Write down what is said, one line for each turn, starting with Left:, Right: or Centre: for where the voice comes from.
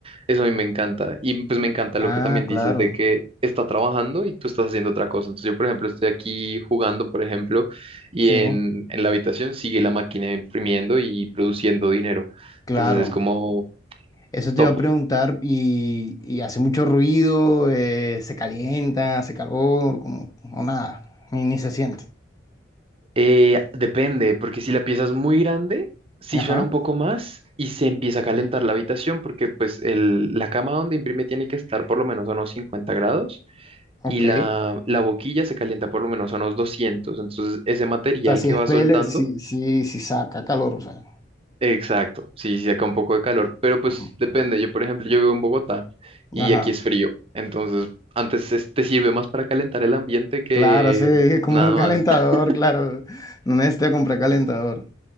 Right: Eso a mí me encanta. Y pues me encanta
Left: Ah,
Right: lo que también
Left: claro.
Right: dices de que está trabajando y tú estás haciendo otra cosa. Entonces yo, por ejemplo, estoy aquí jugando, por ejemplo, y
Left: Sí,
Right: en, en la habitación sigue la máquina imprimiendo y produciendo dinero.
Left: claro.
Right: Entonces es como
Left: Eso te
Right: top.
Left: iba a preguntar y, y hace mucho ruido, eh, se calienta, hace calor, como o nada, ni, ni se siente.
Right: Eh, depende, porque si la pieza es muy grande, sí
Left: Ajá,
Right: suena un poco más y se empieza a calentar la habitación, porque pues el- la cama donde imprime tiene que estar por lo menos a unos 50 grados y
Left: ok.
Right: la, la boquilla se calienta por lo menos a unos doscientos Entonces, ese material
Left: O sea, si
Right: que
Left: es
Right: va
Left: pele,
Right: soltando,
Left: si, si, si saca calor, o sea.
Right: exacto, sí, sí saca un poco de calor, pero pues
Left: Ajá.
Right: depende. Yo, por ejemplo, yo vivo en Bogotá y
Left: Ajá.
Right: aquí es frío, entonces antes es- te sirve más para calentar el ambiente que
Left: Claro, sí, es como
Right: nada
Left: un calentador,
Right: más. <laughs>
Left: claro. No necesito comprar calentador.